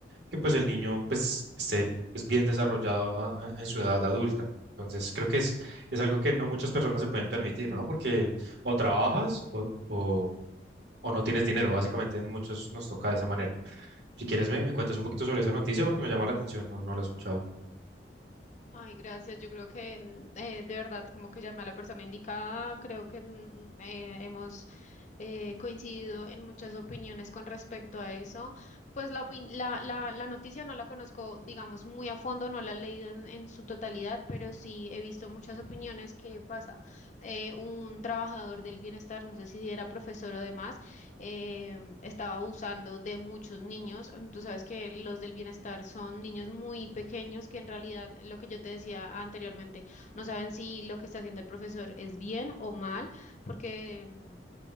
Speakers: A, on the right (about 70°); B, on the left (about 45°).
A: que pues el niño pues esté pues bien desarrollado a- a- en su edad adulta. Entonces creo que es, es algo que no muchas personas se pueden permitir, ¿no? Porque o trabajas o, o, o no tienes dinero, básicamente en muchos nos toca de esa manera. Si quieres me, me cuentas un poquito sobre esa noticia porque me llama la atención, no, no la he escuchado.
B: Ay, gracias. Yo creo que mm, eh, de verdad, como que llamé a la persona indicada. Creo que mm, eh, hemos eh, coincido en muchas opiniones con respecto a eso. Pues la, opin- la, la, la noticia no la conozco, digamos, muy a fondo, no la he leído en, en su totalidad, pero sí he visto muchas opiniones que pasa. Eh, un trabajador del bienestar, no sé si era profesor o demás, eh, estaba abusando de muchos niños. Mm, Tú sabes que los del bienestar son niños muy pequeños que en realidad, lo que yo te decía anteriormente, no saben si lo que está haciendo el profesor es bien o mal porque mm,